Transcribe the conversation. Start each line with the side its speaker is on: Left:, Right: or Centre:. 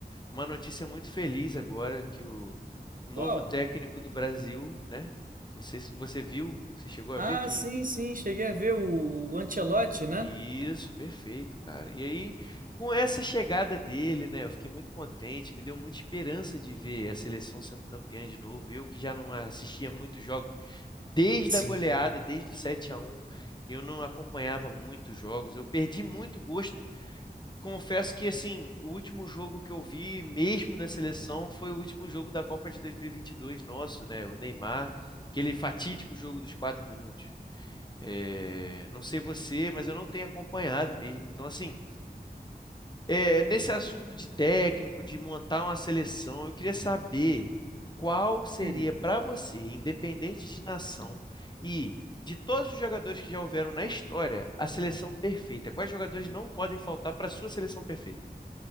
Left: uma notícia muito feliz agora que o, o novo
Right: Qual?
Left: técnico do Brasil, né? Não sei se você viu, você chegou a
Right: Ah,
Left: ver quem?
Right: sim, sim. Cheguei a ver o, o Ancelotti, né?
Left: Isso, perfeito, cara. E aí, com essa chegada dele, né, eu fiquei muito contente, me deu muita esperança de ver a seleção sendo campeã de novo. Eu que já não assistia muitos jogos desde
Right: Sim.
Left: a goleada, desde o 7 a um. eu não acompanhava muitos jogos. Eu perdi muito gosto. Confesso que assim, o último jogo que eu vi mesmo da seleção foi o último jogo da Copa de dois mil e e vinte e dois. nosso, né, o Neymar, aquele fatídico jogo dos quatro minutos. É, não sei você, mas eu não tenho acompanhado mesmo. Então, assim, é, nesse assunto de técnico, de montar uma seleção, eu queria saber qual seria
Right: Hum.
Left: para você, independente de nação e de todos os jogadores que já houveram na história, a seleção perfeita. Quais jogadores não podem faltar para sua seleção perfeita?